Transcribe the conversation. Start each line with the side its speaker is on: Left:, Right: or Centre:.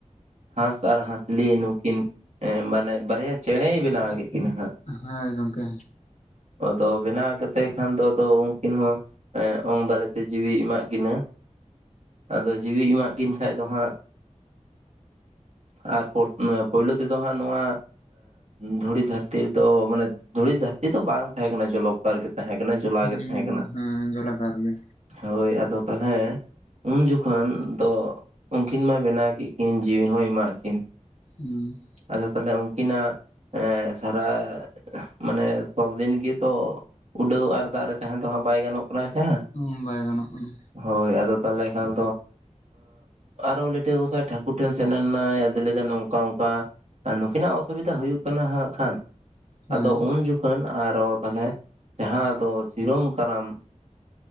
Right: ᱦᱟᱸᱥ ᱟᱨ ᱦᱟᱸᱥᱞᱤ ᱱᱩᱠᱤᱱ ᱦᱮᱸ ᱢᱟᱱᱮ ᱵᱟᱨᱭᱟ ᱪᱮᱬᱮᱭ ᱵᱮᱱᱟᱣ ᱠᱮᱫ ᱠᱤᱱᱟᱹ ᱦᱟᱸᱜ᱾
Left: ᱦᱮ ᱜᱚᱢᱠᱮ᱾
Right: ᱟᱫᱚ ᱵᱮᱱᱟᱣ ᱠᱟᱛᱮ ᱠᱷᱟᱱ ᱫᱚ ᱟᱫᱚ ᱩᱱᱠᱤᱱ ᱦᱚᱸ ᱚᱝ ᱫᱟᱲᱮ ᱛᱮ ᱡᱤᱣᱤ ᱮᱢᱟᱜ ᱠᱤᱱᱟᱹ᱾ ᱟᱫᱚ ᱡᱤᱣᱤᱭ ᱮᱢᱟᱜ ᱠᱤᱱ ᱠᱷᱟᱱ ᱫᱚ ᱦᱟᱸᱜ ᱟᱨ ᱯᱚᱨ ᱯᱳᱭᱞᱳ ᱛᱮᱫᱚ ᱦᱟᱸᱜ ᱱᱚᱣᱟ ᱫᱷᱩᱲᱤ ᱫᱷᱟᱹᱨᱛᱤ ᱨᱮᱫᱚ ᱢᱟᱱᱮ ᱫᱷᱩᱲᱤ ᱫᱷᱟᱹᱨᱛᱤ ᱫᱚ ᱵᱟᱝ ᱛᱟᱦᱮᱸ ᱠᱟᱱᱟ ᱡᱚᱞᱚᱠᱟᱨ ᱜᱮ ᱛᱟᱦᱮᱸ ᱠᱟᱱᱟ ᱡᱚᱞᱟ
Left: ᱦᱩᱸ
Right: ᱜᱮ ᱛᱟᱦᱮᱸ ᱠᱟᱱᱟ᱾
Left: ᱦᱮᱸ ᱡᱚᱞᱟᱠᱟᱨ ᱜᱮ
Right: ᱦᱳᱭ ᱟᱫᱚ ᱛᱟᱦᱚᱞᱮ ᱩᱱ ᱡᱚᱠᱷᱚᱱ ᱫᱚ ᱩᱱᱠᱤᱱ ᱢᱟᱭ ᱵᱮᱱᱟᱣ ᱠᱮᱫ ᱠᱤᱱ ᱡᱤᱣᱤ ᱦᱚᱸᱭ ᱮᱢᱟᱜᱫ ᱠᱤᱱ
Left: ᱦᱩᱸ
Right: ᱟᱫᱚ ᱛᱟᱦᱚᱞᱮ ᱩᱱᱠᱤᱱᱟᱜ ᱮ ᱥᱟᱨᱟ ᱢᱟᱱᱮ ᱥᱚᱵᱽᱫᱤᱱ ᱜᱮᱛᱚ ᱩᱰᱟᱹᱣ ᱟᱨ ᱫᱟᱜ ᱨᱮ ᱛᱟᱦᱮ ᱫᱚ ᱦᱟᱸᱜ ᱵᱟᱭ ᱜᱟᱱᱚᱜ ᱠᱟᱱᱟ ᱥᱮ ᱦᱟᱸᱜ
Left: ᱦᱩᱸ ᱵᱟᱭ ᱜᱟᱱᱚᱜ ᱠᱟᱱᱟ᱾
Right: ᱦᱳᱭ ᱟᱫᱚ ᱛᱟᱦᱚᱞᱮ ᱠᱷᱟᱱ ᱫᱚ ᱟᱨᱦᱚᱸ ᱞᱤᱴᱟᱹ ᱜᱚᱸᱥᱟᱭ ᱴᱷᱟᱹᱠᱩᱨ ᱴᱷᱮᱱ ᱥᱮᱱ ᱞᱮᱱᱟᱭ ᱟᱫᱚᱭ ᱞᱟᱹᱭᱫᱟ ᱱᱚᱝᱠᱟ ᱚᱝ ᱠᱟ ᱱᱩᱠᱤᱱᱟᱜ ᱚᱥᱩᱵᱤᱫᱟ ᱦᱩᱭᱩᱜ ᱠᱟᱱᱟ ᱦᱟᱸᱜ ᱠᱷᱟᱱ
Left: ᱦᱳᱭ
Right: ᱟᱫᱚ ᱩᱱ ᱡᱚᱠᱷ ᱠᱷᱚᱱ ᱟᱨᱚ ᱛᱟᱦᱚᱞᱮ ᱡᱟᱦᱟᱸ ᱫᱚ ᱥᱤᱨᱚᱢ ᱠᱟᱨᱟᱢ